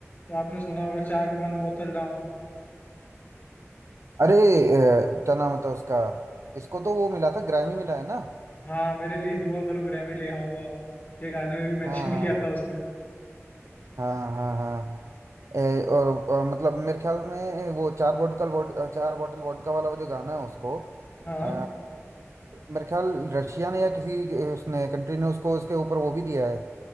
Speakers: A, on the left; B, on the right.
A: तो आपने सुना होगा चार वन बोतल डाउन
B: अरे अ, क्या नाम होता है उसका इसको तो वो मिला था ग्रैमी मिला है ना
A: हाँ मेरे लिए दुआ करो ग्रैमी ले आऊंगा ये गाने में भी मेंशन
B: हाँ हाँ
A: किया
B: हाँ
A: था उसने
B: हाँ हाँ हाँ ए, और, और मतलब मेरे ख्याल में वो चार बोतल वोट चार बोतल वोडका वाला वो जो गाना है उसको
A: हाँ
B: आ, मेरे ख्याल रशिया ने या किसी अ, उसने कंट्री ने उसको उसके ऊपर वो भी दिया है